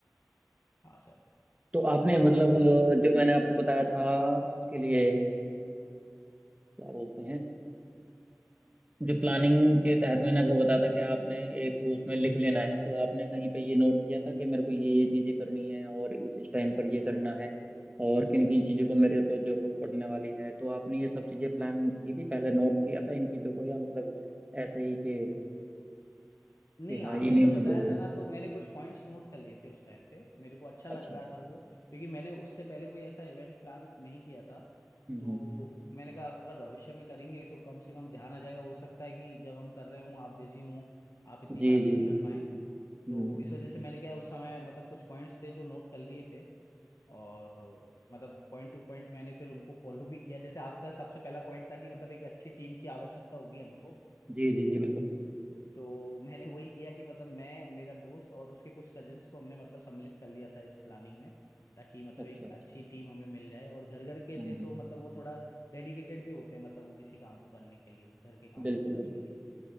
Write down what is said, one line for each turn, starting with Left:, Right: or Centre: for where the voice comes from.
Left: हाँ सर
Right: तो आपने
Left: और
Right: मतलब अ, जो मैंने आपको बताया था उसके लिए क्या बोलते हैं अ, जो प्लानिंग के तहत मैंने आपको बताया था कि आपने एक उसमें लिख लेना है तो आपने कहीं पे ये नोट किया था कि मेरे को ये ये चीज़ें करनी है और इस इस टाइम पर ये करना है और किन किन चीज़ों को मेरे को जरूरत पड़ने वाली है तो आपने ये सब चीज़ें प्लान की थी पहले नोट किया था इन चीज़ों को या मतलब ऐसे ही कि
Left: नहीं
Right: कि हाँ
Left: आपने
Right: इन्हीं
Left: जब
Right: चीज़ों
Left: बताया
Right: को
Left: था ना तो मैंने कुछ पॉइंट्स नोट कर लिए थे उस टाइम पे मेरे को अच्छा लग
Right: अच्छा
Left: रहा था वो क्योंकि मैंने उससे पहले कोई ऐसा इवेंट प्लान नहीं किया था
Right: हम्म
Left: तो
Right: हम्म
Left: मैंने कहा अगर भविष्य में करेंगे तो कम से कम ध्यान आ जाएगा हो सकता है कि जब हम कर रहे हों आप बिजी हों आप इतनी
Right: जी
Left: बात
Right: जी
Left: नहीं
Right: जी
Left: कर पाए
Right: हम्म
Left: तो
Right: हम्म
Left: इस
Right: हम्म,
Left: वजह से
Right: हम्म।
Left: मैंने क्या उस समय मतलब कुछ पॉइंट्स थे जो नोट कर लिए थे और मतलब पॉइंट टू पॉइंट मैंने फिर उनको फॉलो भी किया जैसे आपका सबसे पहला पॉइंट था कि मतलब एक अच्छी टीम की आवश्यकता होगी हमको
Right: जी जी जी बिल्कुल
Left: तो मैंने वही किया कि मतलब मैं मेरा दोस्त और उसके कुछ कजिन्स को हमने मतलब सम्मिलित कर लिया था इस प्लानिंग में ताकि मतलब
Right: अच्छा
Left: एक
Right: अच्छा
Left: अच्छी टीम हमें मिल जाए और घर घर के
Right: हम्म
Left: थे
Right: हम्म।
Left: तो मतलब वो थोड़ा डेडिकेटेड भी होते हैं मतलब वो किसी काम को करने के लिए घर के कामों
Right: बिल्कुल
Left: को करने
Right: बिल्कुल
Left: के लिए